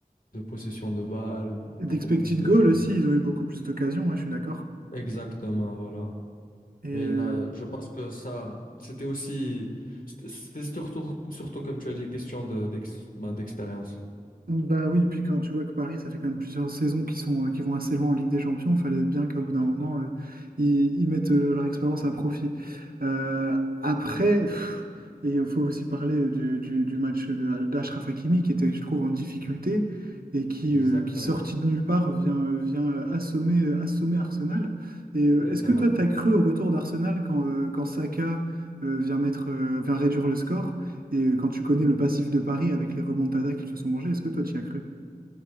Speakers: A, on the left; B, on the right.
A: de possession de balles, beaucoup
B: Et D'expected
A: plus de...
B: goal aussi, ils ont eu beaucoup plus d'occasions, ouais, je suis d'accord.
A: Exactement, voilà.
B: Et, euh,
A: Mais là, je pense que ça, c'était aussi, c'était c'était surtout, surtout, comme tu as dit, question de, d'ex- ben, d'expérience.
B: Bah oui, puis quand tu vois que Paris, ça fait quand même plusieurs saisons qui sont, euh, qui vont assez loin en Ligue des Champions, fallait bien qu'au bout
A: Exactement.
B: d'un moment, euh, ils, ils mettent euh, leur expérience à profit. Euh, après, pff, et il faut aussi parler du, du- du match de- d'Achraf Hakimi, qui était, je trouve, en difficulté et qui,
A: Exactement.
B: euh, qui sorti de nulle part, vient, euh, vient euh, assommer, euh, assommer Arsenal. Et euh,
A: Littéralement.
B: est-ce que toi, tu as cru au retour d'Arsenal quand, euh, quand Saka euh, vient mettre, euh, vient réduire le score? Et euh, quand tu connais le passif de Paris avec les remontadas qu'ils se sont mangés, est-ce que toi, tu y as cru?